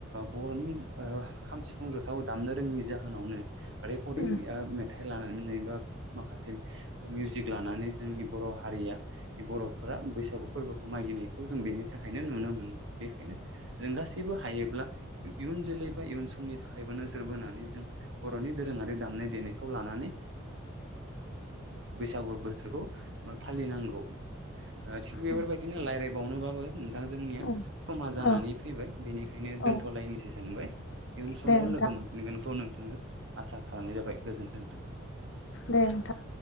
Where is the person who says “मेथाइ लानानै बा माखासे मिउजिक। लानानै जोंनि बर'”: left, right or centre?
Right